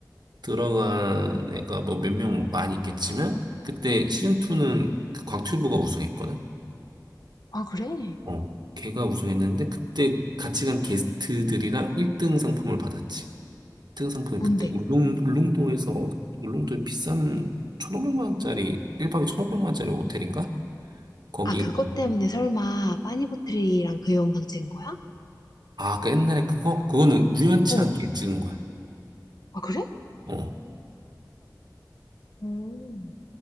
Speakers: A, on the right; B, on the left.
A: 들어간 애가 뭐 몇 명 많이 있겠지만 그때 시즌 2는 그 곽튜브가 우승했거든.
B: 아, 그래?
A: 어. 걔가 우승했는데 그때 같이 간 게스트들이랑 1등 상품을 받았지. 1등 상품이
B: 뭔데?
A: 그때 울릉 울릉도에서 울릉도에 비싼 1,500만 원짜리 일박에 1,500만 원짜리 호텔인가? 거기
B: 아, 그것
A: 간-
B: 때문에 설마 빠니보틀이랑 그 영상 찍은 거야?
A: 아, 그 옛날에 그거 그거는 우연치
B: 어,
A: 않게 찍은 거야.
B: 아, 그래?
A: 어.
B: 오,